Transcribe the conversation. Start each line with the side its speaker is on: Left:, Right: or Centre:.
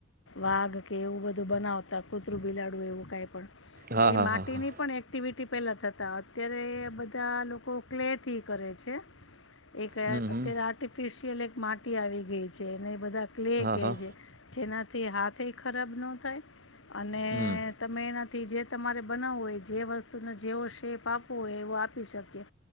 Left: વાઘ કે એવું બધું બનાવતા કૂતરું બીલાડૂ એવ કંઈ પણ
Right: હા
Left: તો એઈ
Right: હા
Left: માટીની
Right: હા હા
Left: પણ એક એક્ટિવિટી પહેલાં થતા અત્યારે બધા લોકો ક્લેથી કરે છે. એક
Right: હમ હમ
Left: અત્ય્યારે આર્ટિફિશિયલ એક માટી આવી ગઈ છે ને એ બધા ક્લે
Right: હા
Left: કે
Right: હા
Left: છે જેના તે હાથ એ ખરાબ ન થાય. અને
Right: હમ
Left: તમે એના થી જે તમારે બનાવવું હોય જે વસ્તુનો જેવો શેપ આપવો હોય એવો આપી શકીએ.